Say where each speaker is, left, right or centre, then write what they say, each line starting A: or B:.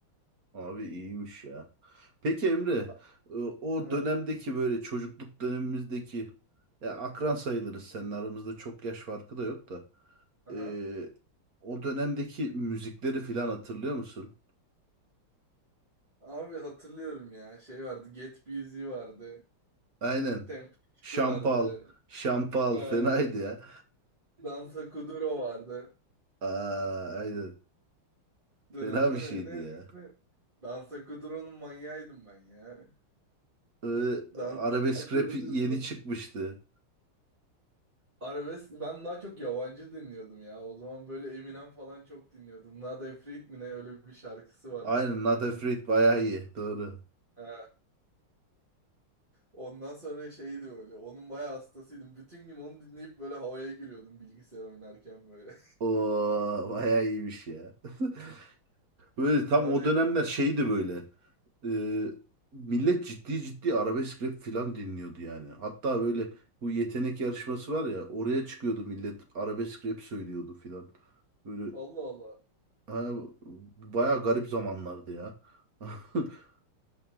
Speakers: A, on the right (about 45°); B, on the right (about 25°).
A: Abi iyiymiş ya. Peki Emre,
B: Ha-
A: e, o
B: Aha,
A: dönemdeki böyle çocukluk dönemimizdeki ya akran sayılırız senin aramızda çok yaş farkı da yok da.
B: aha.
A: E, o dönemdeki müzikleri filan hatırlıyor musun?
B: Abi hatırlıyorum ya. Şey vardı. Get Busy vardı.
A: Aynen.
B: Temperature
A: Şampal,
B: vardı.
A: şampal
B: Ha.
A: fenaydı ya.
B: Dansa Kuduro vardı.
A: Aa, aynen. Fena
B: Dını, dını,
A: bir şeydi
B: nı,
A: ya.
B: nı. Dansa Kuduro'nun manyağıydım ben ya.
A: E,
B: Dansa
A: arabesk
B: Kuduro.
A: rap yeni çıkmıştı.
B: Arabesk ben daha çok yabancı dinliyordum ya. O zaman böyle Eminem falan çok dinliyordum. Nada Efrit mi ne öyle bir şarkısı vardı
A: Aynen
B: sanki
A: Not
B: onu.
A: Afraid bayağı iyi. Doğru.
B: He. ondan sonra şeydi böyle. Onun bayağı hastasıydım. Bütün gün onu dinleyip böyle havaya giriyordum bilgisayar oynarken böyle.
A: Oo, bayağı iyiymiş ya. <laughs> Böyle tam
B: <laughs> Nada
A: o dönemler
B: Efrit.
A: şeydi böyle. e, millet ciddi ciddi arabesk rap filan dinliyordu yani. Hatta böyle bu yetenek yarışması var ya oraya çıkıyordu millet arabesk rap söylüyordu filan. Böyle
B: Allah Allah.
A: ha, baya garip zamanlardı ya. <laughs>